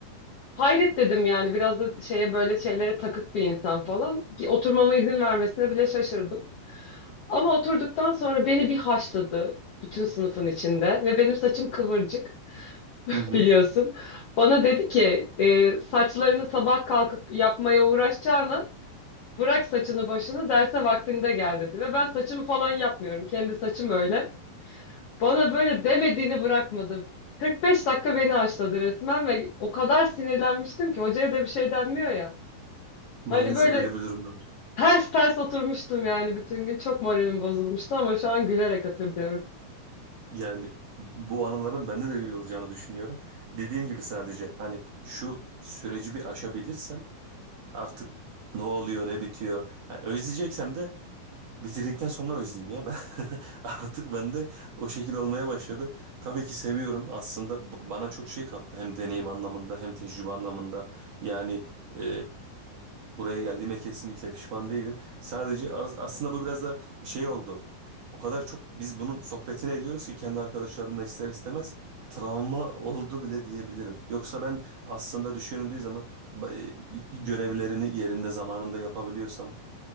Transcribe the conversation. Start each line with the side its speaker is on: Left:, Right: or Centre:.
Left: Hayret dedim yani biraz da şeye böyle şeylere takık bir insan falan. Oturmama izin vermesine bile şaşırdım. Ama oturduktan sonra beni bir haşladı bütün sınıfın içinde ve benim saçım kıvırcık <laughs>
Right: Hı hı.
Left: biliyorsun. Bana dedi ki e, saçlarını sabah kalkıp yapmaya uğraşacağına bırak saçını başını derse vaktinde gel dedi. Ve ben saçımı falan yapmıyorum kendi saçım öyle. Bana böyle demediğini bırakmadı. 45 dakika beni haşladı resmen ve o kadar sinirlenmiştim ki hocaya da bir şey denmiyor ya.
Right: Maalesef
Left: Hani böyle
Right: öyle bir durumda var.
Left: ters ters oturmuştum yani bütün gün çok moralim bozulmuştu ama şu an gülerek hatırlıyorum.
Right: Yani bu anıların bende de öyle olacağını düşünüyorum. Dediğim gibi sadece hani şu süreci bir aşabilirsem artık ne oluyor ne bitiyor. Yani özleyeceksem de Bitirdikten sonra özleyeyim ya ben <laughs> artık bende o şekil olmaya başladı. Tabii ki seviyorum aslında b- bana çok şey kattı hem deneyim anlamında hem tecrübe anlamında yani e, buraya geldiğime kesinlikle pişman değilim. Sadece as- aslında bu biraz da şey oldu o kadar çok biz bunun sohbetini ediyoruz ki kendi arkadaşlarımla ister istemez travma oldu bile diyebilirim. Yoksa ben aslında düşünüldüğü zaman e, görevlerini yerinde zamanında yapabiliyorsan